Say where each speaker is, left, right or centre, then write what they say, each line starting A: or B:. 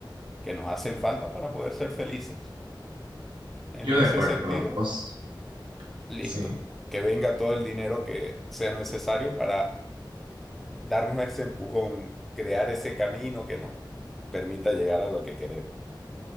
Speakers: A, in the centre; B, on the right.
A: que nos hacen falta para poder ser felices. En
B: Yo
A: ese
B: de acuerdo,
A: sentido,
B: pues,
A: listo,
B: sí,
A: que venga todo el dinero que sea necesario para darnos ese empujón, crear ese camino que nos permita llegar a lo que queremos.